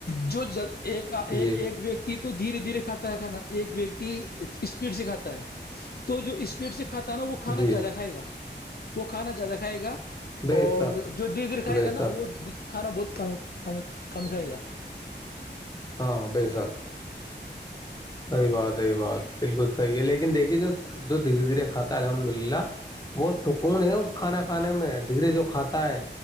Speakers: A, on the left; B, on the left.
A: جو ج ایک ایک
B: جی
A: و تو دھیرے دھیرے کھاتا ہے کھانا ایک ویکتی اسپیڈ سے کھاتا ہے تو جو اسپیڈ سے کھاتا نا وہ کھانا
B: جی
A: زیادہ کھائے گا وہ کھانا زیادہ کھائے گا
B: بے
A: اور
B: شک
A: جو دھیرے دھیرے کھا کھائے
B: بے
A: گا نا
B: شک
A: وہ کھانا بہت کم ک کم کھائے گا
B: ہاں بیے سر صحی بات صحی بات بالکل صحیح ہے لیکن دیکھیے جو جو دھیرے دھیرے کھاتا ہے الحمد للہ بہت سکون ہے اس کھانا کھانے میں دھیرے جو کھاتا ہے